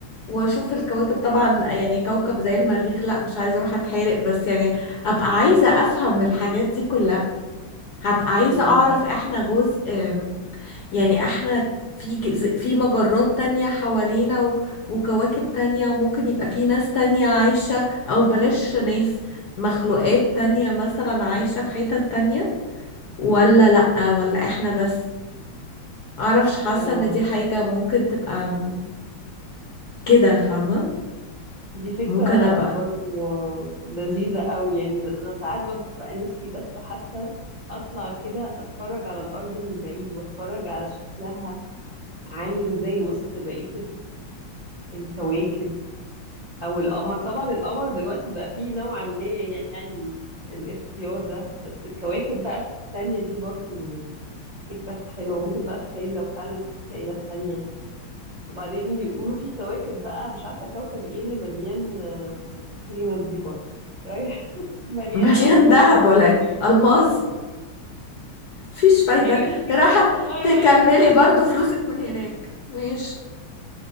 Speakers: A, on the left (about 55°); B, on the right (about 35°).
A: واشوف الكواكب طبعا يعني كوكب زي المريخ لا مش عايزة اروح اتحرق بس يعني ابقى عايزة افهم الحاجات دي كلها هبقى عايزة
B: مم.
A: اعرف احنا جزء أم، يعني احنا في جز- في مجرات تانية حوالينا و- وكواكب تانية وممكن يبقى في ناس تانية عايشة او بلاش ناس مخلوقات تانية مثلا عايشة في حتت تانية ولا لأ ولا احنا بس معرفش حاسة
B: اه
A: ان دي حاجة ممكن تبقى م- كده فاهمة
B: مم. دي فكرة
A: ممكن ابقى
B: برضو لذيذة قوي يعني أنا ساعات ببقى نفسي بس حتى أطلع كده أتفرج على الأرض من بعيد وأتفرج على شكلها عامل إزاي وسط بقية الكواكب او القمر طبعا القمر دلوقتي بقى فيه نوعا ما يعني الاختيار ده بس الكواكب بقى التانية دي برضو فكرة حلوة ممكن بقى تخيلي لو فعلا في كائنات تانية وبعدين بيقولوا في كواكب بقى مش عارفة كوكب ايه اللي مليان آه، بصي تفكيري مادي برضو رايح <laughs>
A: <laughs>
B: مليان
A: مليان
B: ألماس
A: دهب ولا
B: يعني
A: إيه؟ ألماس مفيش فايدة
B: حاجات كده
A: راحة
B: تطلعي
A: تكملي
B: بقى ت-
A: برضو فلوسك من هناك ماشي